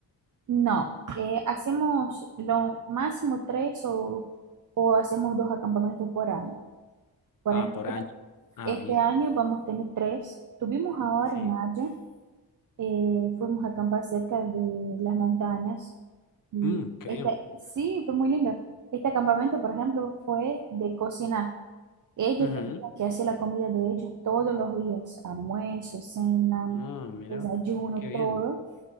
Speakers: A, on the right; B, on the left.
A: No, eh, hacemos lo máximo tres o, o hacemos dos acampamentos por año. Por
B: Ah,
A: ejemplo,
B: por año. Ah,
A: este
B: bien.
A: año vamos a tener tres. Tuvimos ahora
B: Sí.
A: en mayo Eh, fuimos a acampar cerca de las montañas y
B: Mm, qué
A: este,
B: bien.
A: sí, fue muy lindo. Este acampamento, por ejemplo, fue de cocinar. Ellos
B: Ujú.
A: tenían que hacer la comida de ellos todos los días, almuerzo, cena,
B: Ah, mira,
A: desayuno,
B: qué bien.
A: todo.